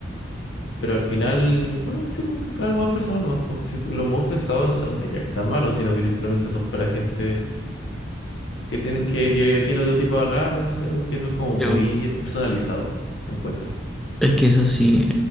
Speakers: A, on the left; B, in the centre.
A: pero al final, bueno, sí, porque algo más personal nomás, porque si tú- los mouse pesados, no, o sea, no significa que sean malos, sino que simplemente son para gente que tienen, que, que tiene otro tipo de agarre, no sé, porque eso es como muy
B: Yo,
A: personalizado, encuentro.
B: Es que eso sí,